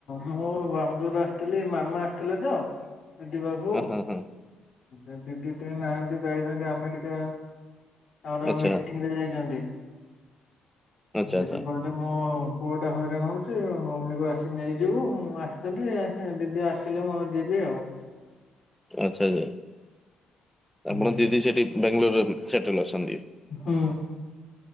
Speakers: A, on the left; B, in the centre.
A: ମୁଁ ବାଙ୍ଗଲୋରୁ ଆସିଥିଲି ମାମା ଆସିଥିଲେ ତ ଦିଦି ପାଖୁକୁ।
B: ଅ ହଁ ହଁ
A: ଦିଦି ହେରିକା ନାହାଁନ୍ତି ଯାଇଛନ୍ତି ଆମେରିକା। ଆମର
B: ଆଚ୍ଛା
A: ମିଟିଂରେ ଯାଇଚନ୍ତି
B: ଆଚ୍ଛା
A: ଆ ଦିଦି
B: ଆଚ୍ଛା
A: <unintelligible> ହେଲେ ମୋ ପୁଅଟା ହଇରାଣ ହଉଚି। ମମିକୁ ଆସି ନେଇଯିବୁ। ମୁଁ ଆସିଥିଲି ସେ ଦିଦି ଆସ ସିଲେ ମୁଁ ଆଉ ଯିବି ଆଉ।
B: ଆଚ୍ଛା- ଆଚ୍ଛା
A: ହୁଁ।
B: ଆପଣ ଦିଦି ସେଠି ବାଙ୍ଗାଲୋରରେ ସେଟେଲ୍ ଅଛନ୍ତି।
A: ହୁଁ।